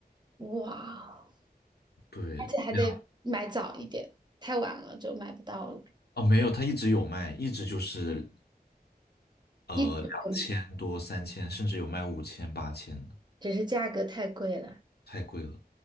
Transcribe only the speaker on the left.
对，
两
哦，没有，他一直有卖，一直就是呃，
两千多、三千，甚至有卖五千、八千的，
太贵了，